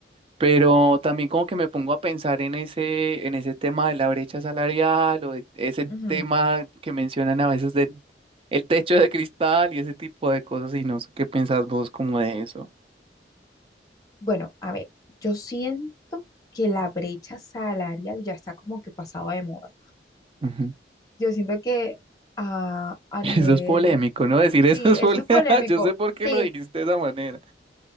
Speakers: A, on the right; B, on the left.
A: Pero también como que me pongo a pensar en ese, en ese tema de la brecha salarial o de ese tema
B: Ujú.
A: que mencionan a veces del el techo de cristal y ese tipo de cosas y no sé qué pensás vos como de eso.
B: Bueno, a ver, yo siento que la brecha salarial ya está como que pasado de moda.
A: Ujú.
B: Yo siento que a,
A: <laughs>
B: a
A: Eso
B: nivel,
A: es polémico, ¿no? Decir
B: sí,
A: eso es
B: eso
A: polémico.
B: es polémico.
A: <laughs> Yo sé por qué
B: Sí,
A: lo dijiste de esa manera.